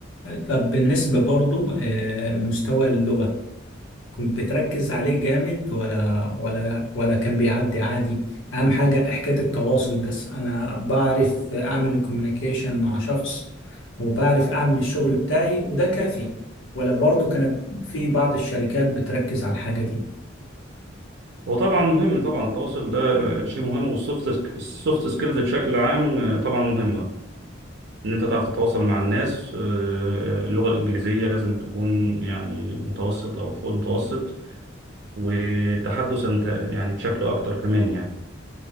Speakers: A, on the left; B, on the right.
A: طب بالنسبه برضه آه، مستوى اللغه كنت بتركز عليه جامد ولا ولا ولا كان بيعدي عادي اهم حاجة حكاية التواصل بس انا بعرف اعمل الكوميونيكيشن مع شخص وبعرف اعمل الشغل بتاعي وده كافي ولا برضو كانت في بعض الشركات بتركز على الحاجة دي
B: هو طبعا مهم طبعا التواصل ده آه، شيء مهم والسوفت السوفت سكيلز بشكل عام آه، طبعا مهمة ان انت تعرف تتواصل مع الناس آه، اللغة الإنجليزية لازم تكون يعني متوسط او فوق المتوسط وتحدثا ت- يعني بشكل اكتر كمان يعني